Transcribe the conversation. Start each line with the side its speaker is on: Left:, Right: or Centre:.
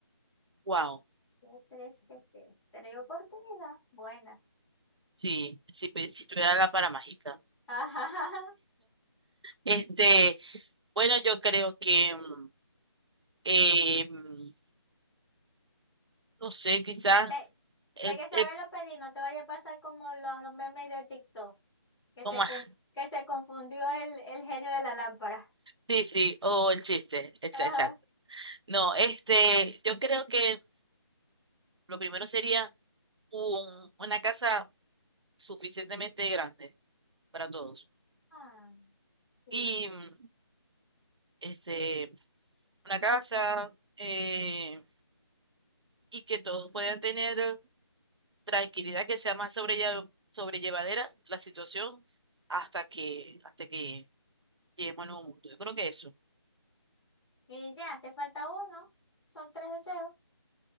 Right: Wow,
Centre: ¿Qué tres deseos? ¿Tenéis oportunidad? Buena.
Right: sí, si, pe- si tuviera la para mágica.
Centre: <laughs> Ajá.
Right: Este, bueno, yo creo que, mm, eh, mm, no sé, quizás,
Centre: Te-
Right: eh,
Centre: Ve que sabes
Right: eh,
Centre: lo pedí, no te vaya a pasar como los, los memes de TikTok, que
Right: o
Centre: se,
Right: más
Centre: con- que se confundió el, el genio de la lámpara.
Right: sí, sí, o el chiste, exa-
Centre: Ajá.
Right: exacto. No, este, yo creo que lo primero sería un- una casa. suficientemente grande para todos.
Centre: Ah, sí.
Right: Y mm, este, una casa eh, y que todos puedan tener tranquilidad, que sea más sobrelle- sobrellevadera la situación hasta que, hasta que lleguemos al nuevo mundo. Yo creo que eso. O
Centre: Y ya, te falta uno. Son tres deseos.